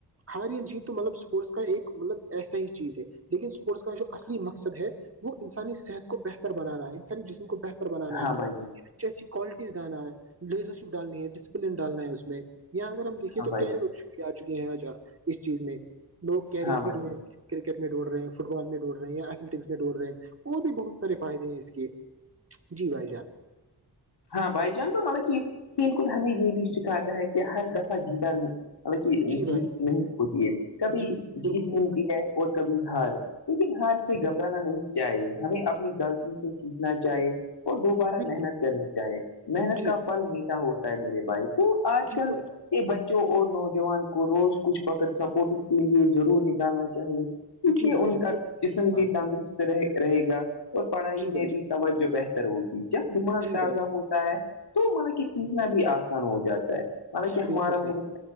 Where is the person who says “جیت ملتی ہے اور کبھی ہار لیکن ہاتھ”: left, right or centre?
Left